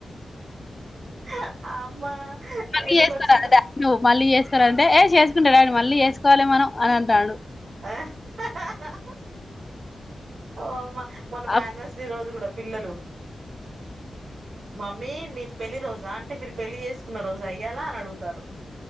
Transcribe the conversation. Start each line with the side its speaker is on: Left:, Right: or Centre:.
Right: హ్ అమ్మా హ్
Left: మళ్ళీ
Right: ఎందుకు
Left: చేసుకోరా
Right: వచ్చిందో?
Left: డాడీ నువ్వు మళ్ళీ చేసుకోవాలంటే ఏ చేసుకుంటా డాడి మళ్ళీ చేసుకోవాలి మనం అని అంటాండు.
Right: ఆ హ్ హా హు వామ్మో మొన్న మా
Left: అప్
Right: యాన్వర్సరీ రోజు కూడా పిల్లలు మమ్మీ మీది పెళ్లి రోజా అంటే మీరు పెళ్లి చేసుకున్న రోజా ఇయ్యాలా అని అడుగుతారు.